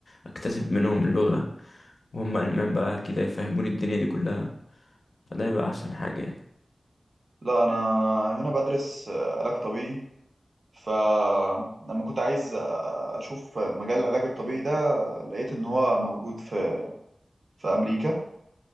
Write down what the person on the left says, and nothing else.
اكتسب منهم اللغة وهم المان بقى كده يفهموني الدنيا دي كلها فده يبقى احسن حاجة يعني